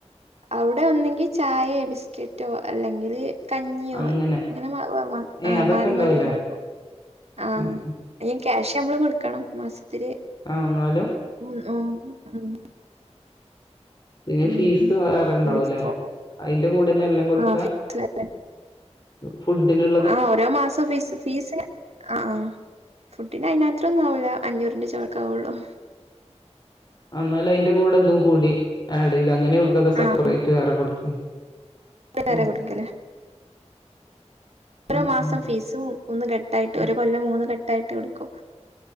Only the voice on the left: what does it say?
അങ്ങനെ
ഏഹ്
അതൊക്കെ
ഇണ്ടാവൂലേ
ഉം ഉം
ആഹ് ഇന്നാലും
പിന്നെ
ഫീസ് വേറെണ്ടാവൂലേ
അയ്ന്റെ കൂടെന്നെല്ലം കൊട്ക്കാ
ഫുഡ്ഡിനും
ആന്നാലും അയ്ന്റെ കൂടെ തും കൂടി ആഡെയ്ത് അങ്ങനേകൊടുക്കാ അതോ സെപ്പറേറ്റ്
വേറെ കൊടുക്കെ
ഉം
ആഹ്
ആഹ്
ഉം